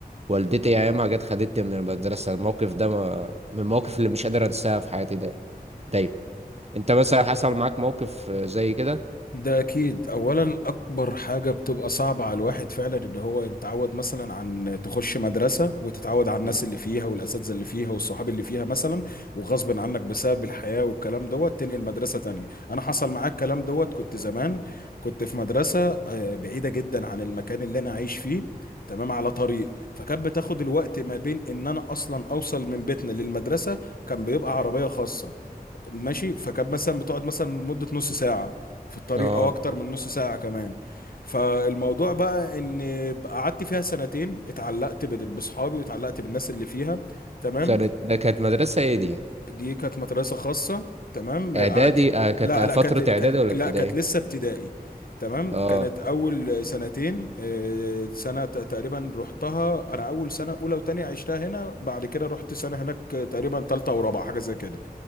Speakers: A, on the right; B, on the left.
A: ووالدتي أيامها جت خدتني من المدرسة الموقف ده ما- من المواقف اللي مش قادر أنساها في حياتي ده دايما أنت مثلا حصل معاك موقف زي كده؟
B: ده اكيد اولا اكبر حاجه بتبقى صعبه على الواحد فعلا ان هو يتعود مثلا عن تخش مدرسه وتتعود على الناس
A: مم.
B: اللي فيها والاساتذه اللي فيها والصحاب اللي فيها مثلا وغصب عنك بسبب الحياه والكلام دوت تنقل مدرسه تانية انا حصل معاك الكلام دوت كنت زمان كنت في مدرسه آه، بعيده جدا عن المكان اللي انا عايش فيه تمام على طريق فكانت بتاخد الوقت ما بين ان انا اصلا اوصل من بيتنا للمدرسه كان بيبقى عربيه خاصه ماشي فكانت مثلا بتقعد مثلا مدة نص ساعة في الطريق
A: اه
B: او اكتر من نص ساعة كمان فالموضوع بقى ان قعدت فيها سنتين اتعلقت بال- بصحابي واتعلقت بالناس اللي فيها تمام
A: سنة ده كانت مدرسة ايه دي؟
B: دي كانت مدرسة خاصة تمام
A: اعدادي
B: قعدت
A: آه كانت
B: لا
A: فترة
B: لا كانت كان-
A: اعدادي ولا
B: لا
A: ابتدائي
B: كانت لسه ابتدائي تمام
A: اه
B: كانت اول سنتين آه، سنة ت- تقريبا رحتها انا اول سنة اولى وتانية عشتها هنا بعد كده رحت سنة هناك آه، تقريبا تالتة ورابعة حاجة زي كده